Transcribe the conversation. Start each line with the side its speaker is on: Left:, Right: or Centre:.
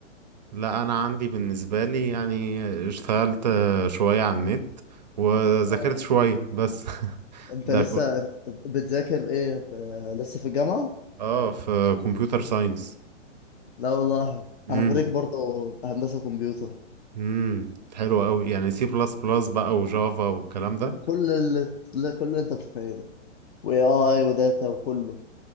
Right: لا انا عندي بالنسبه لي يعني اشتغلت آه، شويه على النت وذاكرت
Left: اه
Right: شويه بس <laughs>
Left: انت
Right: ده
Left: لسه
Right: كله
Left: انت بتذاكر ايه ب- لسه في الجامعة
Right: اه في كمبيوتر ساينس
Left: لا والله
Right: امم
Left: انا خريج برضه هندسة كمبيوتر
Right: امم حلو قوي يعني سي بلس بلس بقى وجافا والكلام ده
Left: كل اللي لا، كل اللي انت متخيله واي اي وداتا وكله